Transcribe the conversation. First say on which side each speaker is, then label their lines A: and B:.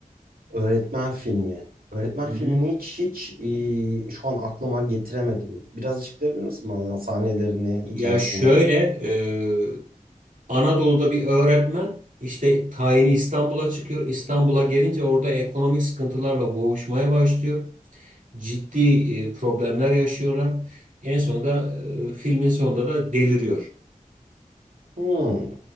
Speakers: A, on the right; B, on the right.
A: Öğretmen filmi. Öğretmen
B: Hı
A: filmini
B: hı.
A: hiç hiç e, şu an aklıma getiremedim. Biraz açıklayabilir misin bana sahnelerini,
B: Ya
A: hikayesini?
B: şöyle e, Anadolu'da bir öğretmen işte tayini İstanbul'a çıkıyor. İstanbul'a gelince orada ekonomik sıkıntılarla boğuşmaya başlıyor. ciddi e, problemler yaşıyorlar. En sonunda e, filmin sonunda da deliriyor.
A: Hmm.